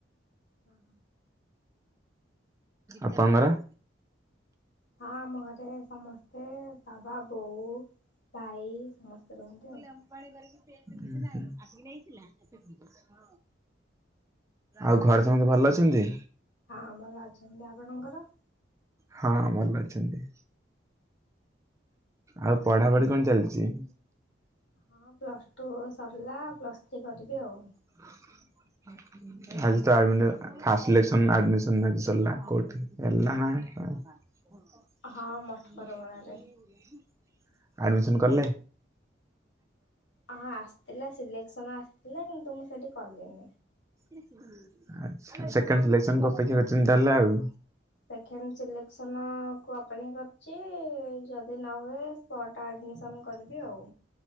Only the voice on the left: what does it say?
ହଁ ହଁ।
ହଁ, ଆମ ଘରେ ସମସ୍ତେ, ବାବା, ବୋଉ, ଭାଇ ସମସ୍ତେ ରହନ୍ତି ଆଉ।
ହଁ ଭଲ ଅଛନ୍ତି, ଆପଣଙ୍କର?
ହଁ ପ୍ଲସ ଟୁ ସରିଲା, ପ୍ଲସ୍ ଥ୍ରୀ କରିବି ଆଉ।
ହଁ ମଠକରଗଡ଼ାରେ।
ହଁ ଆସିଥିଲା, ସିଲେକ୍ସନ ଆସିଥିଲା, କିନ୍ତୁ ମୁଁ ସେଠି କଲିନି।
ସେଖେଣ୍ଡ ସିଲେକ୍ସନ କୁ ଅପେକ୍ଷା କରି ଛି, ଯଦି ନ ହୁଏ, ସ୍ପଟା ଆଡ଼ମିସନ୍ କରିବି ଆଉ।